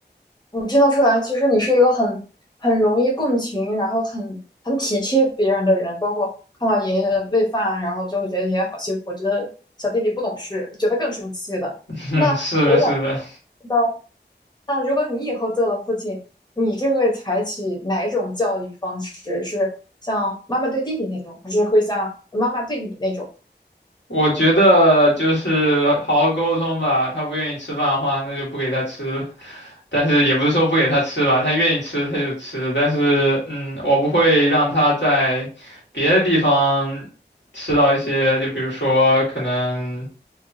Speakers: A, on the left; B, on the left.
A: 我听得出来，其实你是一个很很容易共情，然后很很体贴别人的人。包括看到爷爷喂饭，然后就会觉得爷爷好辛苦，觉得小弟弟不懂事，觉得更生气的。
B: <laughs> 嗯，
A: 那我想
B: 是的，是的，
A: 知道，那如果你以后做了父亲，你是会采取哪一种教育方式？是像妈妈对弟弟那种，还是会像妈妈对你那种？
B: 我觉得就是好好沟通吧。他不愿意吃饭的话，那就不给他吃了但是也不是说不给他吃吧，他愿意吃他就吃。但是，嗯，我不会让他在别的地方吃到一些，就比如说可能。